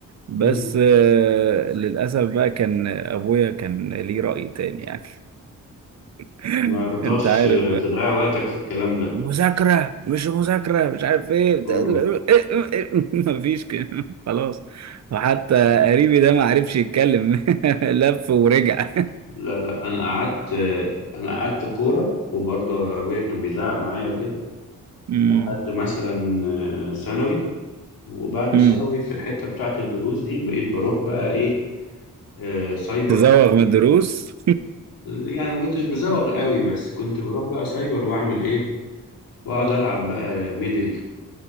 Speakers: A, on the right (about 50°); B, on the left (about 85°).
A: بس
B: مم.
A: آه، للاسف بقى كان ابويا كان ليه راي تاني يعني <laughs>
B: ما رضاش
A: انت عارف
B: تضيع وقتك في الكلام ده
A: مذاكرة مش مذاكرة مش عارف ايه بت-
B: آه.
A: <laughs> مفيش كده خلاص وحتى قريبي ده ما عرفش يتكلم <laughs> لف ورجع
B: لا لا انا قعدت انا قعدت كوره وبرضه ابويا كان بيزعق معايا وكده
A: امم
B: لحد مثلا آه، ثانوي وبعد
A: امم
B: ثانوي في الحته بتاعه الدروس دي بقيت بروح بقى ايه آه، سايبر
A: تزوغ
B: كتير
A: من الدروس
B: يعني ما كنتش بزوغ قوي بس كنت بروح بقى سايبر واعمل ايه واقعد العب بقى ميدل